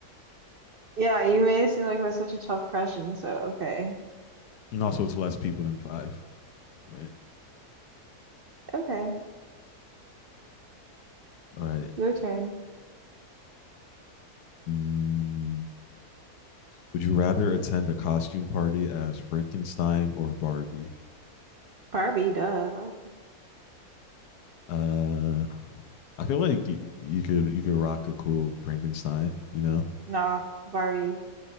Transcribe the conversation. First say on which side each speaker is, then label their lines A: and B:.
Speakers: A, on the right (about 55°); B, on the left (about 85°).
A: yeah, you made it seem like it was such a tough question, so okay.
B: and also it's less people than five, right?
A: Okay.
B: All right.
A: Your turn.
B: Mm, Would you rather attend a costume party as Frankenstein or Barbie?
A: Barbie, duh.
B: Uh, I feel like y- you could you could rock a cool Frankenstein, you know.
A: Nah, Barbie,